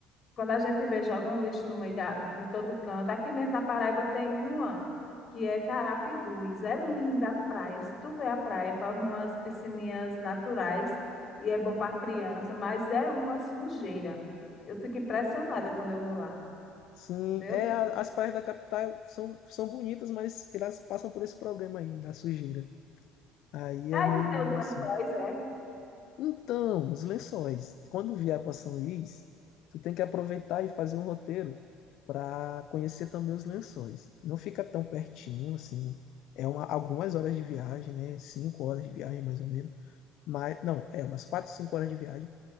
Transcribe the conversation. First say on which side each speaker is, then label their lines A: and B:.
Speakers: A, on the left; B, on the left.
A: quando a gente vê, joga um lixo no meio da, de todo canto. Aqui mesmo na Paraíba tem uma que é Carapibus. É linda a praia. Se tu vê a praia, é para umas piscininhas naturais e é bom para criança, mas é uma sujeira. Eu fico impressionada quando eu vou lá.
B: Sim,
A: Meu
B: é,
A: Deus.
B: a- as praias da capital são, são bonitas, mas elas passam por esse problema aí, da sujeira. Aí
A: É
B: é
A: aí
B: meio
A: que tem os lençóis,
B: assim.
A: é?
B: Então, os lençóis. Quando vier para São Luís, tu tem que aproveitar e fazer um roteiro para conhecer também os lençóis. Não fica tão pertinho, assim. É uma, algumas horas de viagem, né? Cinco horas de viagem, mais ou menos. Mas, não, é umas quatro, cinco horas de viagem.